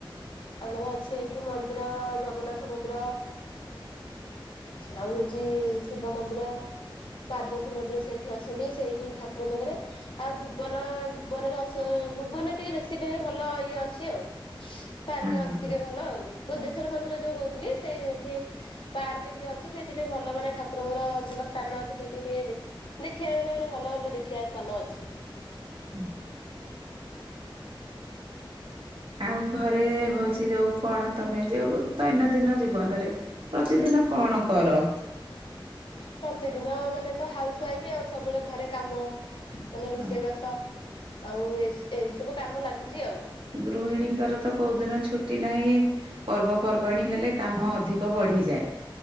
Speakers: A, on the left (about 70°); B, on the right (about 75°).
A: ଆମର ଅଛି ଏଠି ମନ୍ଦିର ଜଗନ୍ନାଥ ମନ୍ଦିର। ଆଉ ହଉଛି ଶିବ ମନ୍ଦିର। ପାର୍ବତୀ ମନ୍ଦିର ସେଇଠି ଅଛନ୍ତି ସେଇଠି ଠାକୁରଙ୍କ ପାଖରେ। ଆଉ ଭୁବନ ଭୁବନରେ ଅଛ ଭୁବନରେ ଟିକେ ବେଶୀ ଦିନି ଭଲ ଇଏ ଅଛି ଆଉ। ପାର୍କ
B: ହଁ ହଁ।
A: ଅଛି ଟିକେ ଭଲ ଆଉ। ବୁଦ୍ଧେଶ୍ଵର ମନ୍ଦିର ଯୋଉ କହୁଥିଲି ସେଇଠି ପାର୍କ ଟିକେ ଅ ସିଏ ସେଇଟି ଟିକେ ଭଲ ମାନେ ଠାକୁରଙ୍କର ଭଲ ସ୍ଥାନ ଅଛି ସେଇଟି ଟିକେ ଦେ ଦେଖିବାକୁ ମାନେ ଭଲ ଭଲ ଦେଖିବା ସ୍ଥାନ ଅଛି।
B: ହୁଁ। ଆଉ ଘରେ ହଉଛି ଯୋଉ କଣ ତମେ ଯୋଉ ଦୈନନ୍ଦିନ ଜୀବନରେ ପ୍ରତିଦିନ କଣ କର?
A: ପ୍ରତିଦିନ ମାନେ ତ ହାଉସ ୱାଇଫ ବି ଆଉ ସବୁବେଳେ ଘରେ କାମ ମାନେ
B: ହଁ
A: ରୋଷେଇ ବାସ ଆଉ ଏ ଏଇ ସବୁ କାମ ଲାଗିଛି ଆଉ।
B: ଗୃହିଣୀଙ୍କର ତ କୋଉ ଦିନ ଛୁଟି ନାହିଁ? ପର୍ବପର୍ବାଣୀ ହେଲେ କାମ ଅଧିକ ବଢିଯାଏ।